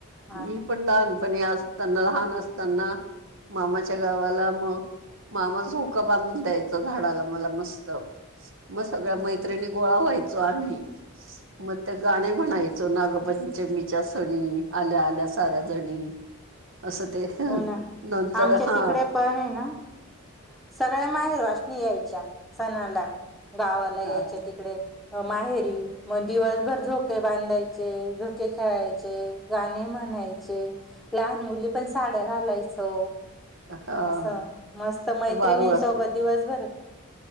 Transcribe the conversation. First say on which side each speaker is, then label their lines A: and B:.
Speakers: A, in the centre; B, on the right.
A: हा
B: मी पण लहानपणी असताना. लहान असताना मामाच्या गावाला मग मामा झोका बांधून द्यायचा झाडाला मला मस्त. म सगळ्या
A: हो
B: मैत्रिणी गोळा व्हायचो आम्ही मग ते
A: ना
B: गाणी म्हणाय च नागपंचमीच्या सनी, आल्या आल्या साऱ्या जणी. असं ते
A: हो ना
B: नंतर
A: आमच्या
B: हा
A: तिकडे पणय ना सगळ्या माहेर वाशणी यायच्या सणाला गावाला यायच्या
B: हा
A: तिकडे. माहेरी मग दिवसभर झोके बांधायचे झोके खेळायचे. गाणी म्हणायचे. लहान मुली पण साड्या घालायचो.
B: हा
A: असं मस्त मैत्रिणी
B: वारूळ
A: सो म दिवसभर